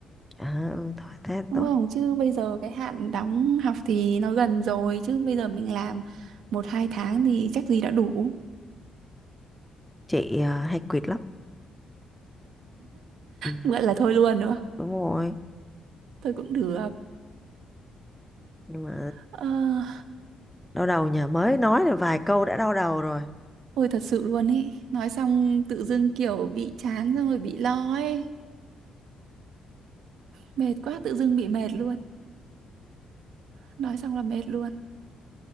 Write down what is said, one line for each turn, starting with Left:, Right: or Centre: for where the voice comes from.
Centre: à, ừ, thôi thế
Right: Đúng
Centre: tốt
Right: không? Chứ bây giờ cái hạn đóng học thì nó gần rồi. Chứ bây giờ mình làm một hai tháng thì chắc gì đã đủ.
Centre: chị à, hay quỵt lắm Ừ.
Right: Vậy là thôi luôn nữa.
Centre: Đúng rồi
Right: Thôi cũng được.
Centre: nhưng mà
Right: Ờ,
Centre: đau đầu nhà mới nói là vài câu đã đau đầu rồi
Right: ôi thật sự luôn ý. Nói xong tự dưng kiểu bị chán xong rồi bị lo ấy. Mệt quá tự dưng bị mệt luôn. Nói xong là mệt luôn.